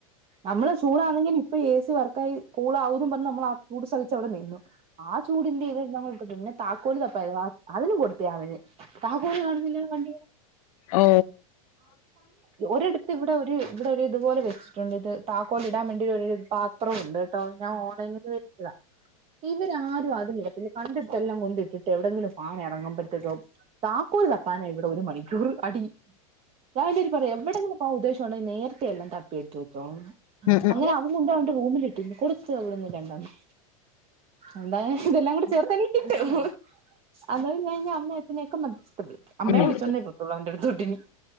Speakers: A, on the right (about 30°); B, on the left (about 70°).
A: നമ്മള് ചൂടാണെങ്കിൽ ഇപ്പൊ എ സി നമ്മൾ നമ്മൾ ചൂടങ്കിൽ ഇപ്പൊ എസി വർക്കായി കൂളാവും പറഞ്ഞ് നമ്മൾ ആ ചൂട് സഹിച്ച അവിടെ നിന്നു ആ ചൂടിന്റെ ഇത്ൽ നമ്മൾ പിന്നെ താക്കോലി തപ്പായത് അതിനും കൊടുത്തിയാ അവന് താക്കോലി കാണുന്നില്ല വണ്ടി
B: ഓ
A: ഒരിടത്ത് ഇവിടെ ഒരു ഇവിടെ ഒരു ഇത്പോലെ വെച്ചിട്ടുണ്ട് ഇത് താക്കോൽ ഇടാൻ വേണ്ടി ഒരു പാത്രണ്ട് കേട്ടോ ഞാൻ ഓൺലൈനിൽന്ന്വരുത്തിയതാ ഇവരാരും അതിലടത്തി കണ്ടത്തെല്ലാം കൊണ്ട ഇട്ടിട്ട് എവിടെയങ്കിലും പോകാൻ ഇറങ്ങുമ്പഴേക്കും താക്കോൽ തപ്പാന ഇവിടെ ഒരു മണിക്കൂർ അടി ഞാൻ ഇനി പറഞ്ഞു എവിടെങ്കിലും പോകാൻ ഉദ്ദേശിക്കുണ്ടകിൽ നേരത്തെ എല്ലാം തപ്പിയടുത്
B: ഉം ഉം
A: അങ്ങനെ അവൻ കൊണ്ട് അവന്റെ റൂമിലിട്ടിന്ന് കൊടുത്തു അവവിടെന്ന് രണ്ടണ്ണം എന്താ ഇതെല്ലാം കൂടി ചെറുകനെ കിട്ടും അത്കഴിഞ് അമ്മയഛനെയൊക്കെ അമ്മയേ
B: ഉം
A: വിളിച്ചോണ്ടേ പോത്തുള്ളു അവന്റടുതൊട്ടിനി